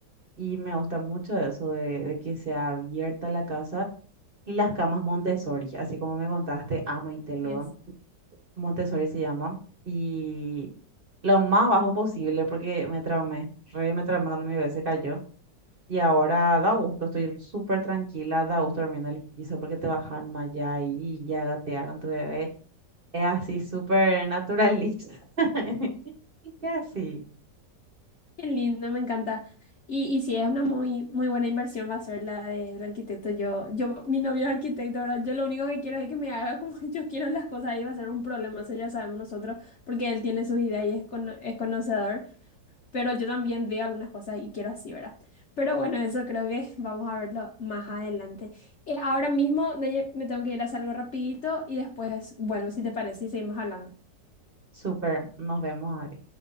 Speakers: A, on the right; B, on the left.
A: Y me gusta mucho eso de, de que sea abierta la casa y las camas Montessori, así como me contaste, amo y te lo.
B: Es.
A: Montessori se llama, y lo más bajo posible porque me traumé, re me traumé cuando mi bebé se cayó. Y ahora da gusto, estoy súper tranquila, da gusto dormir en el piso porque te bajan más allá y ya gatea con tu bebé. Es así, súper naturalista. <laughs> Y así,
B: Qué lindo, me encanta. Y, y sí, es una muy, muy buena inversión, va a ser la del arquitecto. Yo, yo, mi novio es arquitecto, ¿verdad? Yo lo único que quiero es que me haga como <laughs> yo quiero las cosas y va a ser un problema, eso ya sabemos nosotros, porque él tiene sus ideas y es, cono- es conocedor, pero yo también veo algunas cosas y quiero así, ¿verdad? Pero bueno, eso creo que <laughs> vamos a verlo más adelante. Eh, ahora mismo, Naye, me tengo que ir a hacer algo rapidito y después, bueno, si te parece, y seguimos hablando.
A: súper, nos vemos, Ari.